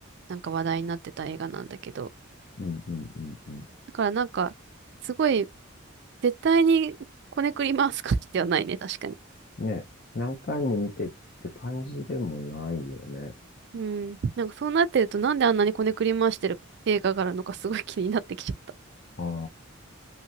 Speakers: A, on the right; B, on the left.
A: なんか話題になってた映画なんだけど。
B: うん、うん、うんうん。
A: だからなんか、すごい絶対にこねくり回す感じではないね、確かに。
B: ね、何回も見てって感じでもないよね。
A: うん。なんかそうなってると、なんであんなにこねくり回してる映画があるのかすごい気になってきちゃった。
B: ああ、